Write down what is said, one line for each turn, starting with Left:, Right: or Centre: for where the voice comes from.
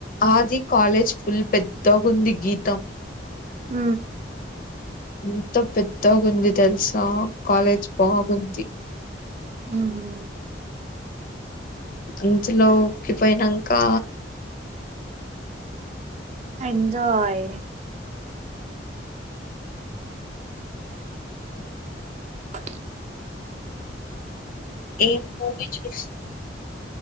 Left: ఆది కాలేజ్ ఫుల్ పెద్దగుంది గీతం
Right: అ
Left: ఎంతో పెద్దోగుంది తెలుసా కాలేజ్ బాగుంది
Right: ఉమ్ హు
Left: అంచుల్లో ఉక్కిపోయినాక
Right: ఎంజాయ్
Left: అ
Right: అ
Left: ఏ మూవీ చూస్తా